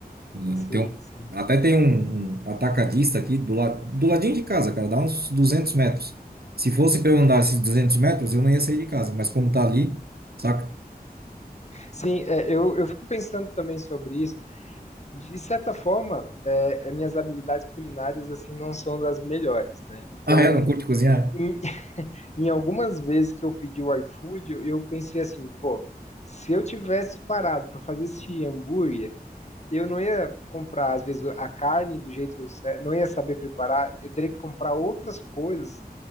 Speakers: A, on the right; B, on the left.
A: Eh,
B: Sim,
A: Tem um-
B: sim.
A: até tem um, um atacadista aqui do, la, do ladinho de casa, cara, dá uns 200 metros. Se fosse para eu andar esses 200 metros, eu não ia sair de casa, mas como tá ali, saca?
B: Sim, é, eu, eu fico pensando também sobre isso. De certa forma, é, as minhas habilidades culinárias assim não são das melhores, né? Então,
A: Ah, é? Não curte cozinhar?
B: em, <laughs> em algumas vezes que eu pedi o iFood, eu, eu pensei assim, pô, se eu tivesse parado para fazer esse hambúrguer, eu não ia comprar, às vezes, a carne do jeito certo, não ia saber preparar, eu teria que comprar outras coisas